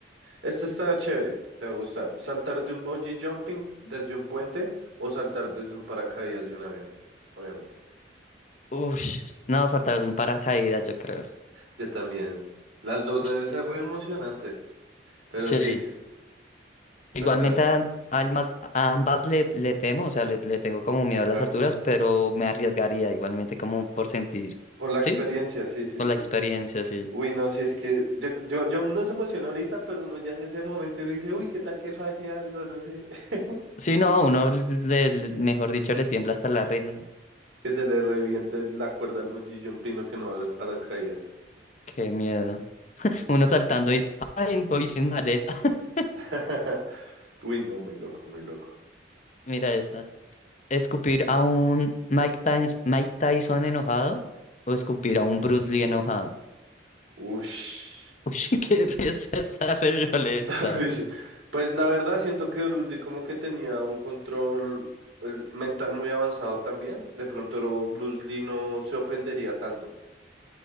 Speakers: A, on the right; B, on the left.
A: Este está chévere, te va a gustar. Saltar de un bungee jumping desde un puente o saltar desde un paracaídas de un avión, obviamente.
B: Ush, no, saltar de un paracaídas, yo creo.
A: Yo también. Las dos
B: Ush,
A: debe ser
B: qué locura.
A: re emocionante, pero
B: Sí,
A: sí,
B: igualmente
A: saltar,
B: a, almas- a ambas le, le temo, o sea, le, le tengo como miedo a
A: claro.
B: las alturas, pero me arriesgaría igualmente como por sentir,
A: Por la experiencia,
B: sí, es como
A: sí, sí,
B: por
A: sí.
B: la experiencia, sí.
A: Uy, no, si es que yo, yo, yo uno se emociona ahorita, pero uno ya en ese momento uno dice, uy, qué tal que falle algo, no sé, <laughs>
B: Sí, no, uno, le, le- mejor dicho, le tiembla hasta la risa. ¿no?
A: que se le reviente la cuerda al bungee jumping o que no abra el paracaídas.
B: Qué miedo. Uno saltando y, ay, voy sin maleta. <laughs>
A: <laughs> Uy, no, muy loco, muy loco.
B: Mira esta. ¿Escupir a un Mike Tyson, Mike Tyson enojado o escupir a un Bruce Lee enojado?
A: Ush.
B: <laughs> Uy, qué risa está re violenta.
A: <laughs> Pues pues la verdad siento que Bruce Lee como que tenía un control pues, mental muy avanzado también. De pronto no- Bruce Lee no se ofendería tanto,